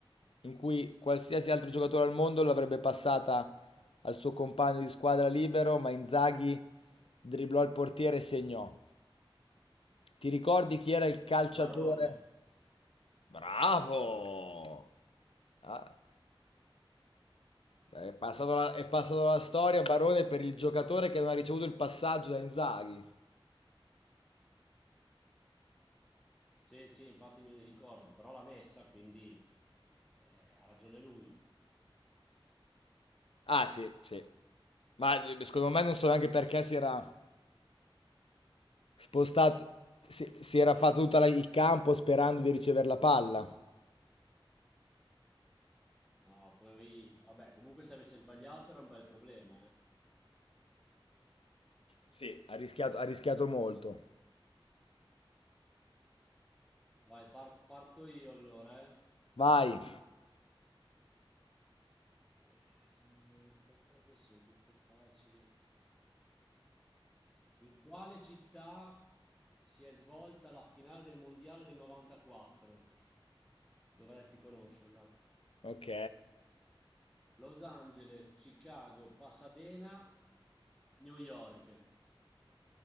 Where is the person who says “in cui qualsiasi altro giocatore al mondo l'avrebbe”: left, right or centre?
Left